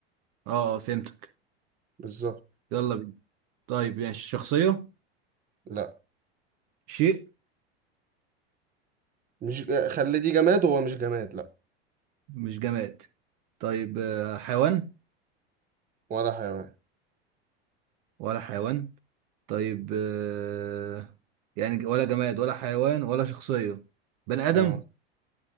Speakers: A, on the right; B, on the right.
A: اه آه، فهمتك
B: بالظبط
A: يلا بينا طيب يعني شخصية
B: لا
A: شيء
B: مش خلي دي جماد هو مش جماد لا
A: مش جماد طيب آه، حيوان
B: ولا حيوان
A: ولا حيوان طيب آه، يعني ج- ولا جماد ولا حيوان ولا شخصية بني آدم
B: اه